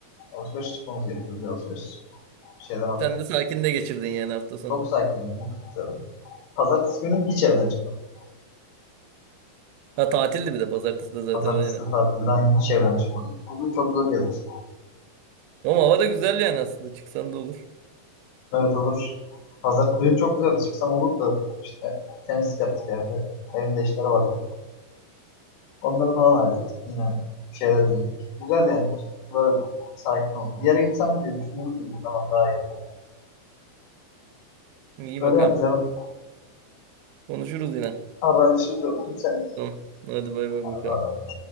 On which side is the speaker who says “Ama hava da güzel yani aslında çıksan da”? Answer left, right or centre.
Right